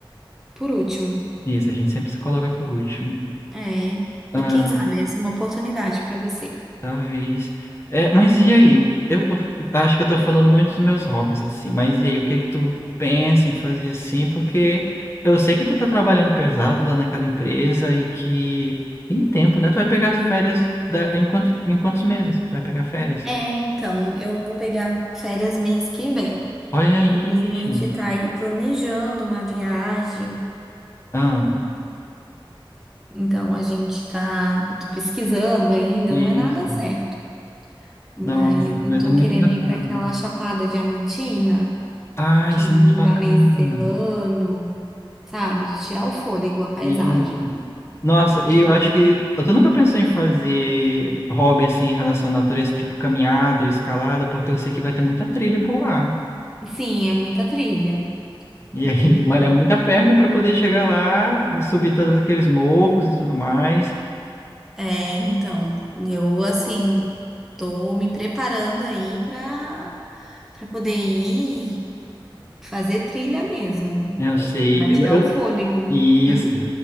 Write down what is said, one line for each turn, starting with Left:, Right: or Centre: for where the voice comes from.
Centre: por último.
Left: Isso, a gente sempre se coloca por último.
Centre: É,
Left: Ah,
Centre: e quem sabe essa é uma oportunidade para você.
Left: talvez. É, mas e aí? Eu acho que eu tô falando muito dos meus hobbies, assim, mas e aí, o que que tu pensa em fazer assim? Porque eu sei que tu tá trabalhando pesado lá naquela empresa e que tem tempo, né? Tu vai pegar férias da... em quantos, em quantos meses? Tu vai pegar férias?
Centre: É, então, eu vou pegar férias mês que vem.
Left: Olha aí,
Centre: E a gente
Left: gente.
Centre: tá aí planejando uma viagem.
Left: Ah,
Centre: Então, a gente tá. Eu tô pesquisando ainda,
Left: isso.
Centre: não é nada certo. Mas
Left: Nossa,
Centre: eu
Left: mas
Centre: tô
Left: é muito
Centre: querendo
Left: bacana.
Centre: ir para aquela Chapada Diamantina,
Left: Ah,
Centre: que
Left: isso
Centre: é um
Left: é muito bacana.
Centre: lugar meio serrano, sabe? De tirar o fôlego, a paisagem.
Left: Isso. Nossa, e
Centre: É
Left: eu
Centre: que,
Left: acho que. Eu tô nunca pensei em fazer hobby assim em relação à natureza, tipo caminhada ou escalada, porque eu sei que vai ter muita trilha por lá.
Centre: sim, é muita trilha.
Left: E aí,
Centre: Então,
Left: <laughs> malhar muita perna pra poder chegar lá, subir todos aqueles morros e tudo mais.
Centre: É, então, eu assim tô me preparando aí para para poder ir fazer trilha mesmo,
Left: Eu sei.
Centre: pra
Left: Eu,
Centre: tirar o fôlego.
Left: Isso.
Centre: Hum?